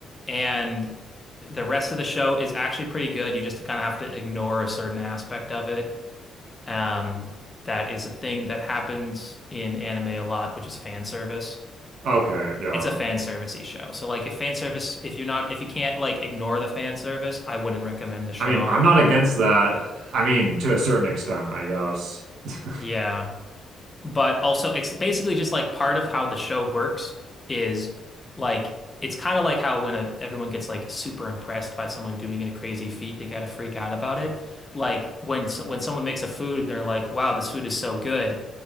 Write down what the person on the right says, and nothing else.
Okay, yeah.
I mean, I'm not against that. I mean, to a certain extent, I guess. <laughs>